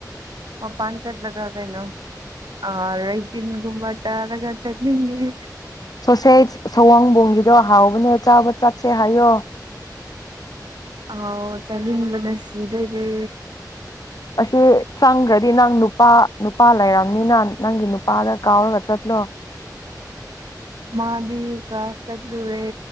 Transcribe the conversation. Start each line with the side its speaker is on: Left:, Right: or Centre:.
Right: ꯃꯄꯥꯟ ꯆꯠꯂꯒ ꯀꯩꯅꯣ ꯑ ꯔꯥꯏꯇꯤꯟꯒꯨꯝꯕ ꯆꯥꯔꯒ ꯆꯠꯅꯤꯡꯉꯦ
Left: ꯁꯣꯁꯦꯁ ꯁꯥꯋꯣꯝꯕꯣꯡꯒꯤꯗꯣ ꯍꯥꯎꯕꯅꯦ ꯆꯥꯕ ꯆ ꯁꯦ ꯍꯥꯏꯌꯣ
Right: ꯍꯥꯎ ꯆꯥꯅꯤꯡꯕꯅ ꯁꯤꯗꯣꯔꯦ
Left: ꯑꯁꯤ ꯆꯪꯒꯔ꯭ꯗꯤ ꯅꯪ ꯅꯨꯄꯥ ꯅꯨꯄꯥ ꯂꯩꯔꯝꯅꯤꯅ ꯅꯪꯒꯤ ꯅꯨꯄꯥꯗ ꯀꯥꯎꯔꯒ ꯆꯠꯂꯣ
Right: ꯃꯥꯗꯤ ꯒꯥꯁ ꯆꯠꯂꯨꯔꯦ